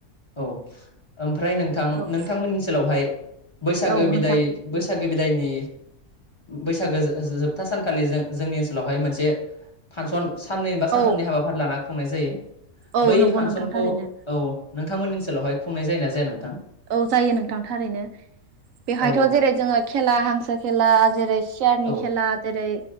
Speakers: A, on the left; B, on the right.
A: औ ओमफ्राय नोंथां
B: औ
A: नोंथांमोननि ओनसोलावहाय बैसागो
B: औ
A: बिदाय
B: नोंथां
A: बैसागो गो बिदायनि बैसागो जोबथा सानखालि जों जोंनि ओनसोलावहाय मोनसे फांसन साननै बा सानथामनि
B: औ
A: हाबाफारि लाना खुंनाय जायो
B: औ
A: बै
B: नंगौ
A: फांसनखौ
B: नोंथां थारैनो
A: औ नोंथांमोननिओनोलावहाय खुंनाय जायोना जाया नोंथां
B: औ जायो नोंथां थारैनो। बेवहायथ'
A: औ
B: जेरै जोङो खेला हांसो खेला जेरै सियारनि
A: औ
B: खेला जेरै